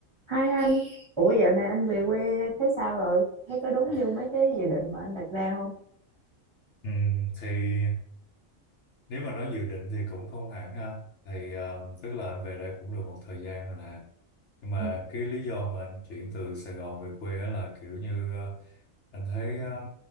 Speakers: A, on the right; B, on the left.
A: Hai anh, ủa dạo này anh về quê thấy sao rồi? Thấy có đúng như mấy cái dự định mà anh đặt ra không?
B: Ừ, thì nếu mà nói dự định thì cũng không hẳn ha thì ờ, tức là anh về đây cũng được một thời gian rồi nè nhưng mà
A: Ừ,
B: cái lý do mà anh chuyển từ Sài Gòn về quê á là kiểu như ờ, anh thấy ờ,